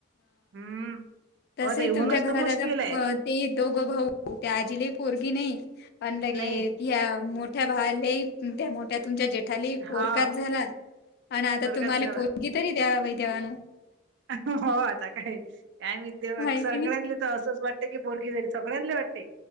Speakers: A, on the right (about 60°); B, on the left (about 55°).
A: हम्म
B: तसही
A: अ ते होणच
B: तुमच्या घरात
A: तर मुश्किल
B: आता
A: आहे
B: ते दोघं भाऊ ते आजीलाही पोरगी नाही अ लगे्या
A: नाही
B: मोठ्या भाले त्या्या मोठ्या तुमच्या जेठाली पोरगात
A: हा
B: झाला आणि आता
A: स्वर्गात
B: तुम्हाला
A: झाला
B: पोरगी तरी द्यावाही देवानं
A: हो आता काय काय विद
B: आहे
A: सरगण्यातले
B: की नाही?
A: तर असंच वाट ी बोगीरी सगळ्यातले वाटते